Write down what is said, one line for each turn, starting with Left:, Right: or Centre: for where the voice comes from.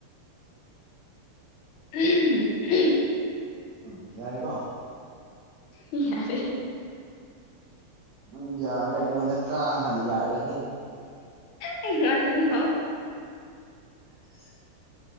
Left: ꯎꯝ <inaudible>
Right: ꯎꯝ ꯌꯥꯔꯦꯀꯣ
Left: ꯌꯥ ꯌꯥꯔꯦ
Right: ꯎꯝ ꯌꯥꯔꯔꯦ ꯑꯩꯉꯣꯟꯗ ꯀꯥꯡ ꯍꯥꯟꯅ ꯌꯥꯔꯛꯑꯦ
Left: ꯅꯤꯣꯒꯅꯦꯪ
Right: ꯇꯥ <inaudible>